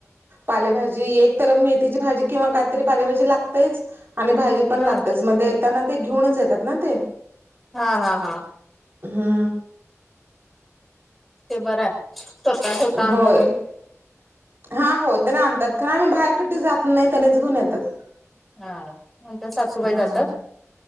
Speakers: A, on the right; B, in the centre.
A: पालेभाजी एक तर मेथीची भाजी किंवा काहीतरी पालेभाजी लागतेच आणि भाजी पण
B: हा
A: लागत मग ते येताना ते घेऊनच येतात ना ते
B: हा हा हा
A: हा
B: ते बरं आहे स्वतः स्वतः आणता
A: होय हा हो त्या आणतात कारण आम्ही बाहेर कठ जात नाही त्याच घेऊन येतात
B: हा नंतर सासूबाई
A: हा
B: जातात